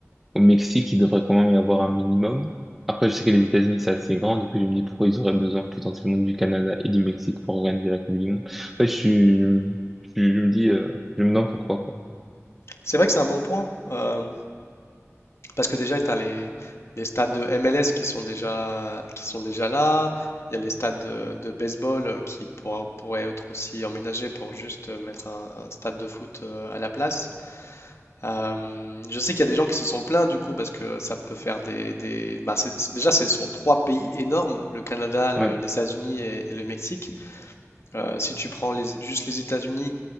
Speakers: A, in the centre; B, on the left.
A: au Mexique, il devrait quand même y avoir un minimum. Après, je sais que les États-Unis, c'est assez grand, du coup, je me dis pourquoi ils auraient besoin potentiellement du Canada et du Mexique pour organiser la Coupe du Monde. En fait, je suis, je, je me dis, euh, je me demande pourquoi, quoi.
B: C'est vrai que c'est un bon point. Euh, Parce que déjà, tu as les, les stades de MLS qui sont déjà, qui sont déjà là. Il y a les stades de, de baseball euh, qui pourra- pourraient être aussi emménagés pour juste euh, mettre un, un stade de foot euh, à la place. Euh, je sais qu'il y a des gens qui se sont plaints du coup parce que ça peut faire des... des- bah, c'est- c'est- déjà, ce sont trois pays énormes, le Canada, le-
A: Ouais,
B: les États-Unis et, et le Mexique. Euh, si tu prends les- juste les États-Unis,